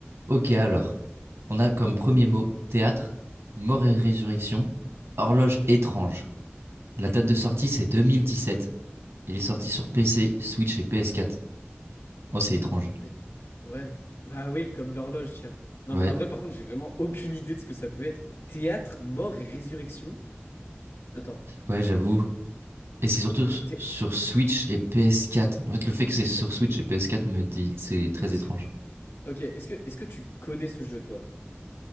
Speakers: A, on the right (about 85°); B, on the left (about 75°).
A: Ok, alors, on a comme premier mot théâtre, mort et résurrection, horloge étrange. La date de sortie, c'est 2017. Il est sorti sur PC, Switch et PS4. Oh, c'est étrange.
B: Bah, mais... Ouais, bah oui, comme l'horloge, tiens. Non,
A: Ouais,
B: mais en vrai, par contre, j'ai vraiment aucune idée de ce que ça peut être. Théâtre, mort et résurrection? Attends,
A: ouais, j'avoue. Et c'est surtout s-
B: thé-
A: sur Switch et PS4. En fait, le fait que c'est sur
B: t-
A: Switch et PS4 me dit c'est très
B: est-ce
A: étrange.
B: que... Ok, est-ce que... est-ce que tu connais ce jeu, toi?